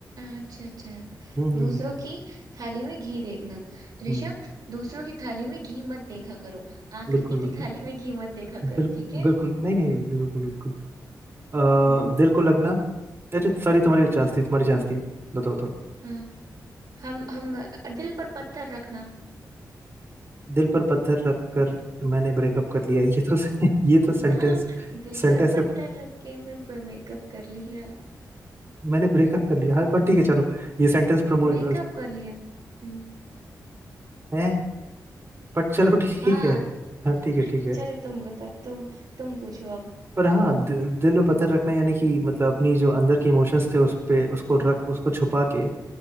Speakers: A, on the right; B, on the right.
A: अच्छा अच्छा
B: हम्म हम्म
A: दूसरों की थाली में घी देखना
B: हम्म,
A: ऋषभ दूसरों की थाली में घी मत देखा करो आकृति
B: बिल्कुल बिल्कुल
A: की थाली में घी मत देखा करो
B: बिल,
A: ठीक है
B: बिल्कुल नहीं नहीं बिल्कुल बिल्कुल अ,
A: हम्म,
B: दिल को लगना अच्छा सॉरी तुम्हारी चांस थी तुम्हारी चांस थी बताओ
A: हाँ हम हम अ, दिल पर पत्थर रखना
B: दिल पर पत्थर रख कर मैंने ब्रेकअप कर लिया ये तो <laughs> ये तो सेंटेंस
A: ना दिल
B: सेंटेंस
A: पर पत्थर
B: है
A: रख के मैं पे मेकअप कर लिया
B: मैंने ब्रेकअप कर लिया हाँ बट ठीक है चलो ये सेंटेंस प्रमोट
A: मेकअप कर लिया हम्म
B: है बट चलो <laughs> ठीक
A: हाँ
B: है हाँ ठीक है ठीक है
A: चलो तुम बताओ तुम तुम पूछो अब
B: पर हाँ दि, दिल पे पत्थर रखना यानी कि मतलब अपनी जो अंदर के इमोशंस थे उस पे उसको रख उसको छुपा के